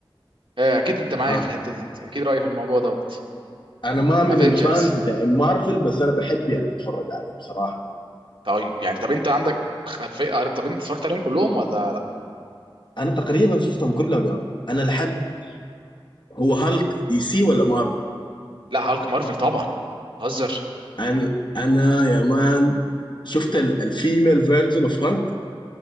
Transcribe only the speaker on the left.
ها
انا ما من
الفانز بتاع مارفل بس انا بحب يعني اتفرج عليهم صراحه
انا تقريبا شفتهم كلهم يعني انا لحد هو هالك دي سي ولا مارفل
انا انا يا مان شفت ال- الفيميل فيرجن اوف هالك